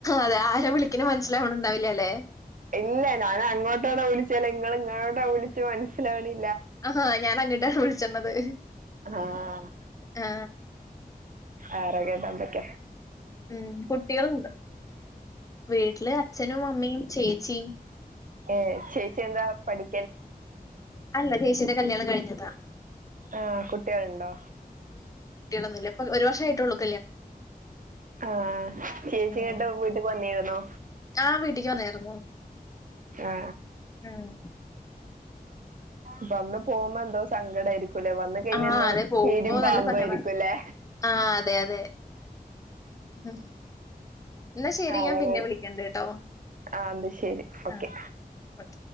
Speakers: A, on the left; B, on the right.
A: അതെ ആരെ വിളിക്ക്ണ മനസ്സിലാവണണ്ടാവില്ല അല്ലെ
B: ഇല്ല ഞാൻ അങ്ങോട്ടോണോ വിളിച്ചത് നിങ്ങൾ ഇങ്ങോടെ വിളിച്ചത് മനസ്സിലാവണി
A: ആഹാ ഞാനങ്ങ വിളിച്ചണത്
B: ആഹ്
A: ആ
B: ആറകെ ഡമ്പക്ക
A: ഉം കുട്ടികൾണ്ട് വീട്ടില് അച്ഛനും അമ്മയും ചേച്ചിയും
B: ഏ ചേച്ചി എന്താ പഠി
A: അല്ല ചേച്ചീന്റെ കല്യാണം കഴിഞ്ഞതാ
B: ആ കുട്ടികളുണ്ടോ
A: ഇപ്പം ഒരു വർഷമായിട്ടുള്ളു
B: ആ ചേച്ചിടെ
A: ഉം.
B: വീട്ടിക്ക് വന്നിരുന്നൊ
A: ആഹ് വീട്ടിക്ക് വന്നായിരുന്നു.
B: ആ
A: ഉം.
B: ഇപ്പൊ അന്ന് പോകുമ്പോ എന്തോ സങ്കടായിരി ല വന്ന് കഴിഞ്ഞ
A: ആഹ് അതെ പോകുമ്പോ
B: കീരിം പാമ്പും
A: നല്ല സങ്കടാ.
B: ആയിരിക്കുംല്ലേ
A: ആഹ് അതെ അതെ. ഉം. എന്നാ ശരി
B: ആളുകൾ
A: ഞാൻ പിന്നെ വിളിക്കണ്ട് ട്ടോ.
B: ആ അത് ശരി ഓക്കെ
A: ആഹ് ഓക്കെ.